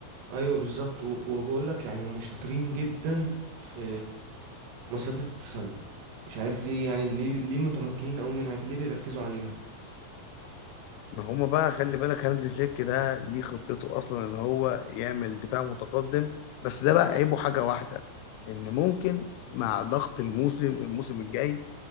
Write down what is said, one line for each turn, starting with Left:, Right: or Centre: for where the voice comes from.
Right: ايوه بالظبط و- وبقول لك يعني هم شاطرين جدا في مصيدة التسلل مش عارف ليه يعني ليه ليه متمكنين قوي منها كده، ليه بيركزوا عليها
Left: ما هم بقى خلي بالك هانز فليك ده دي خطته أصلا إن هو يعمل دفاع متقدم بس ده بقى عيبه حاجة واحدة إن ممكن مع ضغط الموسم الموسم الجاي